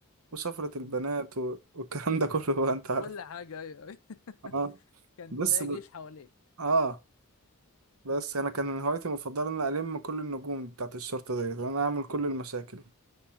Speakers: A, on the right (about 70°); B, on the left (about 65°).
A: وشفرة البنات
B: مم.
A: و... والكلام ده كله بقى انت عارف
B: كل حاجة أيوة أيوة.
A: اه
B: <laughs> كان
A: بس
B: تلاقي
A: ب...
B: جيش حواليك
A: اه
B: مم.
A: بس انا كان هوايتي المفضلة ان أنا الم كل النجوم بتاعت الشرطة ديت وانا اعمل كل المشاكل